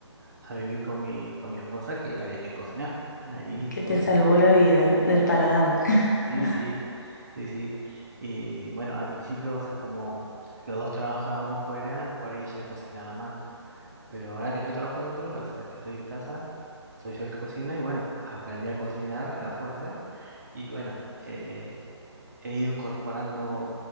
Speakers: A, on the right; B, on the left.
A: a vivir con mi, con mi esposa que había que cocinar. Ahí,
B: que te
A: te-
B: salvó la vida del paladar? <laughs>
A: sí, sí, sí, sí. Y bueno, al principio, o sea, como los dos trabajábamos fuera, por ahí ya cocinaba más. Pero ahora que yo trabajo adentro, o sea, que estoy en casa, soy yo el que cocina y bueno, aprendí a cocinar a la fuerza. Y bueno, eh, he ido incorporando